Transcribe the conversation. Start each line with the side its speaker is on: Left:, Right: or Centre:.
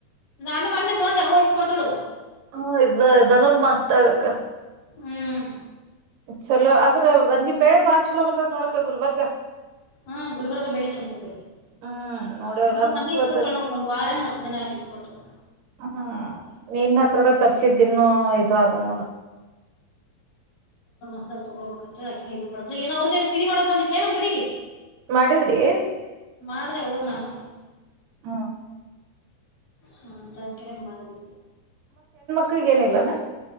Left: ನಾನು ಮೊನ್ನೆ ತಗೊಂಡ ವಯಸ್ ಕೊಟ್ಡು
Right: ಹ್ಮ ಇದನೂರ್ ಮಾಸ್ತ್ ಆಗಕ್ಕ
Left: ಹ್ಮ್
Right: ಚಲೋ ಆದ್ರ ಅಲ್ಲಿ ಬೆಳೆ ಬಾ ಚಲೋ ಬರ್ತತ್ ನೋಡಕ ಗುಲ್ಬರ್ಗ <inaudible>
Left: ಹ್ಮ ಗುಲ್ಬುರ್ಗ ಬೆಳ್ಳಿ ಚಂದ್ರದ
Right: ಹ್ಮ್ ನೋಡವಲ್ಲ
Left: ನಂಗು
Right: ಮಸ್ತ್
Left: ಮೊನ್ನೇ ಇಸ್
Right: ಬರ್ತತಿ
Left: ಕೊಟಿಣ ಒಂದ್ ವಾರಾನ ಹತ್ತು ದಿನ ಆಯ್ತು ಇಸ್ಕೊಟ್ಟರು
Right: ಹ್ಮ್ ನೀನ್ ಹತ್ರಡೆ ತರ್ಸಿದ್ದಿನ್ನುೂ ಇದ್ ಅದು ನೋಡ
Left: ಸದ ತಗೋಬೇಕ ಅಂತ ಹೇಳ ಅಕಿನ ಇದು ಬಡೋ ಏವುದೇ ಸ ಸಿರಿ ಮಾಡ ಬಂದಿಲ ನಮ್ಮ ಕಡೆಗೆ
Right: ಮಾಡಿದ್ರಿ
Left: ಮಾಡ್ರೆ ಹೋಗ ನಾನು
Right: ಹ್ಮ್
Left: ಹ್ಮ ತರಕರೆ ಮಾಡಿದ್ದೆ
Right: ಗ ಏನಿಲ್ಲ ನ